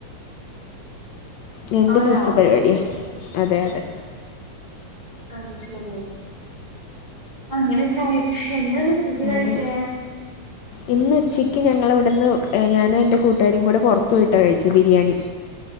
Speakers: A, on the left; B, on the right.
A: രണ്ട്
B: ആണോ?
A: ദിവസത്തെ പരിപാടിയാണ് അതെ അതെ
B: അത് ശെരി അങ്ങനെയൊക്കെ ആയിട്ട എന്താന്ന് ഉച്ചയ്ക്ക് കഴിച്ചേ
A: അതെ ഇന്ന് ഉച്ചയ്ക്ക് ഞങ്ങളിവിടുന്ന് ഞാനും എൻ്റെ കൂട്ടുകാരിം കൂടെ പുറത്തു പോയിട്ടാണ് കഴിച്ചത് ബിരിയാണി